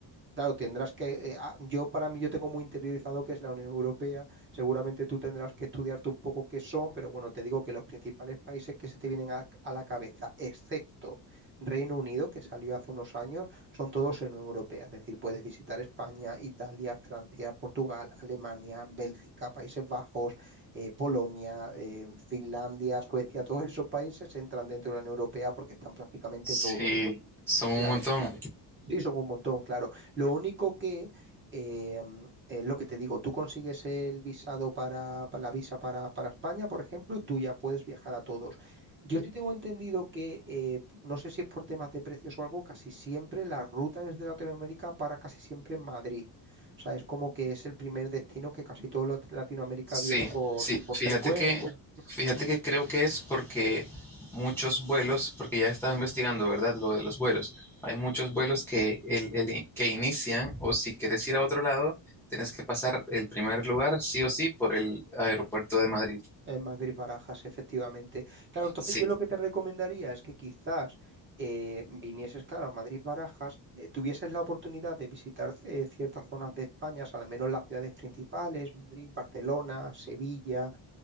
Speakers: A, on the right; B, in the centre.
A: Claro, tendrás que, eh, ah, yo para mí, yo tengo muy interiorizado que es la Unión Europea, seguramente tú tendrás que estudiarte un poco qué son, pero bueno, te digo que los principales países que se te vienen a, a la cabeza, excepto Reino Unido, que salió hace unos años, son todos en Unión Europea, es decir, puedes visitar España, Italia, Francia, Portugal, Alemania, Bélgica, Países Bajos, eh, Polonia, eh, Finlandia, Suecia, todos esos países entran dentro de la Unión Europea porque están prácticamente
B: sí,
A: todos.
B: somos
A: Claro.
B: un montón.
A: Sí, son un montón, claro. Lo único que, em, eh, mm, es lo que te digo, tú consigues el visado para, para la visa para, para España, por ejemplo, y tú ya puedes viajar a todos. Yo sí tengo entendido que, eh, no sé si es por temas de precios o algo, casi siempre la ruta desde Latinoamérica para casi siempre en Madrid. O sea, es como que es el primer destino que casi todo Lat- Latinoamérica
B: Sí,
A: viene por,
B: sí,
A: por
B: fíjate
A: frecuencia.
B: que, fíjate que creo que es porque muchos vuelos, porque ya estaba investigando, ¿verdad? Lo de los vuelos. Hay muchos vuelos que, el, el in- que inician, o si quieres ir a otro lado, tienes que pasar el primer lugar, sí o sí, por el aeropuerto de Madrid.
A: En Madrid Barajas, efectivamente. Claro, entonces
B: Sí,
A: yo lo que te recomendaría es que quizás eh, vinieses, claro, a Madrid Barajas, eh, tuvieses la oportunidad de visitar eh, ciertas zonas de España, al menos las ciudades principales, Madrid, Barcelona, Sevilla,